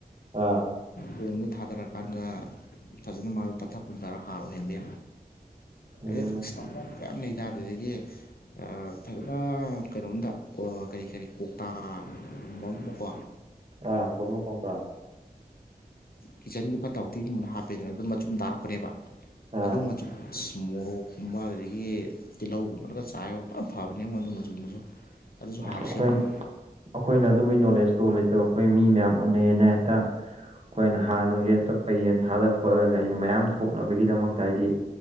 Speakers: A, on the right; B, on the left.
A: ꯑꯥ
B: ꯑꯗꯨꯣꯝꯗ ꯊꯥꯗꯔꯀꯥꯟꯗ ꯐꯖꯅ ꯃꯥꯗꯣ ꯄꯠꯊꯛ ꯄꯨꯟꯊꯔ ꯍꯥꯔ ꯑꯣꯏꯍꯟꯗꯦ
A: ꯎꯝ
B: ꯑ ꯌꯥꯝ ꯂꯩꯇꯥ ꯑꯗꯨꯗꯒꯤ ꯐꯖꯅ ꯀꯩꯅꯣꯝꯗ ꯀꯔꯤ ꯀꯔꯤ ꯀꯧꯇꯥꯒꯨꯝꯕ ꯑꯝꯗꯀꯣ
A: ꯑ ꯃꯨ ꯀꯣꯪꯀ
B: ꯀꯤꯠꯆꯟꯒꯤ ꯐꯠꯇ ꯍꯥꯎꯊꯤꯒꯨꯝꯕꯅ ꯍꯥꯞꯄꯦꯗꯅ ꯑꯗꯨꯝ ꯃꯆꯨꯝ ꯇꯥꯔꯛꯄꯅꯦꯕ
A: ꯑꯥ
B: ꯑꯗꯨ ꯃꯆ ꯃꯣꯔꯣꯛꯀꯨꯝꯕ ꯑꯗꯨꯗꯒꯤ ꯇꯤꯜꯍꯧꯒꯨꯝꯕꯂꯒ ꯆꯥꯏꯕ ꯄꯨꯔ ꯐꯕꯅꯤ ꯑꯩꯉꯣꯟ ꯑꯗꯨ ꯃꯇꯨꯡꯗꯁꯨ ꯑꯗꯨꯁꯨ ꯍꯥꯔ
A: ꯑꯩꯈꯣꯏ
B: ꯁꯦꯝꯃꯅꯤ
A: ꯑꯩꯈꯣꯏꯅ ꯑꯗꯨꯝꯕꯒꯤ ꯅꯣꯂꯦꯖꯇꯣ ꯂꯩꯇꯕ ꯑꯩꯈꯣꯏ ꯃꯤ ꯃꯌꯥꯝ ꯎꯅꯩꯌꯦꯅ ꯍꯦꯛꯇ ꯑꯩꯈꯣꯏꯅ ꯍꯥꯔ ꯅꯨꯡꯁꯦ ꯑꯣ ꯄꯩ ꯌꯦꯟ ꯊꯥꯗ ꯈꯣꯠꯂꯒ ꯍꯥꯏꯗꯤ ꯃꯌꯥꯝ ꯊꯣꯛꯅꯕꯒꯤꯗꯃꯛꯇ ꯍꯥꯏꯗꯤ